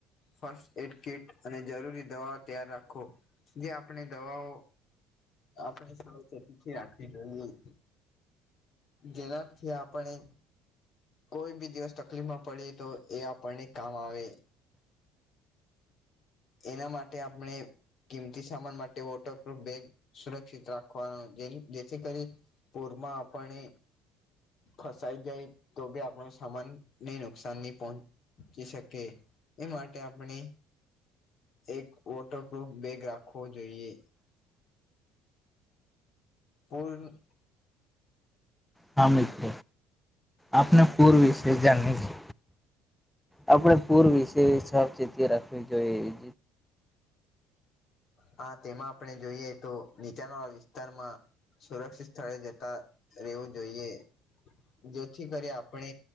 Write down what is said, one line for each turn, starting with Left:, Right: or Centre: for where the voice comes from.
Left: ફસ્ટ એડ કીટ અને જરૂરી દવા ત્યાર રાખો જે આપણે દવાઓ આપણી સાવચેતીથી રાખવી જોઈએ. જેનાથી આપણે કોઈ બી દિવસ તકલીફ માં પડી તો એ આપણને કામ આવે એના માટે આપણે કિંમતી સામાન માટે વોટરપ્રુફ બેગ સુરક્ષિત રાખવાનો જેથી કરી પૂરમાં આપણે ફસાઈ જાય તો ભી આપણો સામાન ને નુકસાન નહિ પહોંચ જે શકે એ માટે આપણે એક વોટરપૂફ બેગ રાખવો જોઈએ. કુલ
Centre: હા મિત્ર આપને પૂર વિશે બી ની આપણે પૂર વિશે સાવચેતી રાખવી જોઈએ.
Left: હા તેમાં આપણે જોઈએ તો નીચાન વાળા વિસ્તારમાં સુરક્ષિત સ્થળે જતા રહેેવું જોઈએ જેથી કરી આપણે